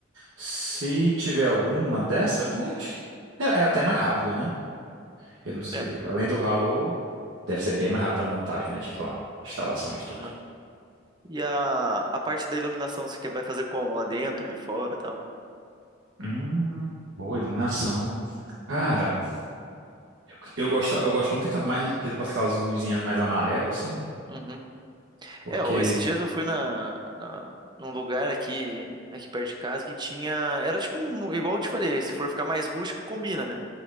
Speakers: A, on the right (about 75°); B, on the right (about 20°).
A: Se tiver alguma dessa, mas eu acho que é, é até mais rápido, né? Eu não sei.
B: É.
A: Além do valor,
B: co-
A: deve ser bem mais rápido a montagem, né? Tipo, a instalação de tudo.
B: Aham. E a, a parte da iluminação, você que- vai fazer como? Lá dentro, ali fora, e tal?
A: Hum, boa iluminação. Cara, eu, eu gosto, eu gosto muito daquela, mais que ele bota aquelas luzinhas mais amarelas, assim,
B: Uhum.
A: porque...
B: É, ó, esses dias eu fui na, na, num lugar aqui, aqui perto de casa que tinha. Era tipo um. Igual eu te falei, se for ficar mais rústico, combina, né?